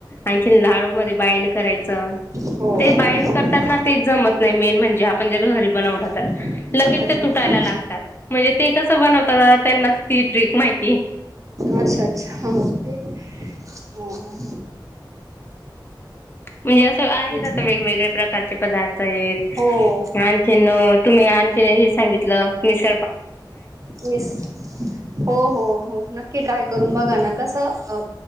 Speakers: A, on the left; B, on the right.
A: आणखी लाडू मध्ये बाइंड करायचं
B: हो हो
A: ते बाइंड
B: हो
A: करतात ना तेच जमत नाही मेन म्हणजे आपण जर घरी बनवलं
B: अच्छा
A: तर लगेच ते तुटायला
B: अच्छा
A: लागतात म्हणजे ते कस बन त्यांनाच ती ट्रिक माहिती.
B: अच्छा अच्छा हो <unintelligible> हो
A: म्हणजे असं आहे
B: हो
A: आता वेगवेगळ्या प्रकारचे पदार्थ आहेत
B: हो.
A: आणखीन तुम्ही आणखी हे सांगितलं निस
B: तेस हो हो हो नक्की ट्राय करून बघा ना कसं